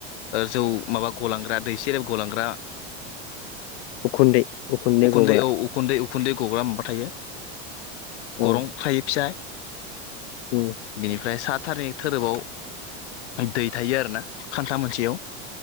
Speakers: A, on the left; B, on the left.
A: जौ माबा गलांग्रा दैसेेरे गलांग्रा
B: उखुन्दै
A: उखुन्दै
B: गग्रा
A: औ उखुन्दै उखुन्दै गग्रा माबा थायो
B: औ
A: गरं थायो फिस
B: उम
A: बिनिफ्राय सात थारनिक धोरोबाव दै थायो आरोना खान्था मोनसेयाव।